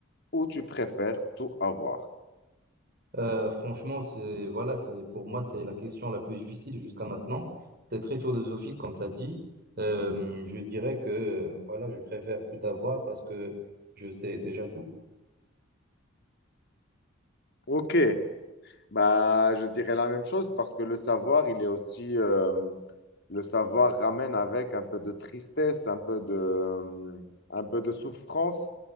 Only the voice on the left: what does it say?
ou tu préfères tout avoir?
Ok. Bah, je dirais la même chose parce que le savoir, il est aussi, euh, le savoir ramène avec un peu de tristesse, un peu de, euh, un peu de souffrance.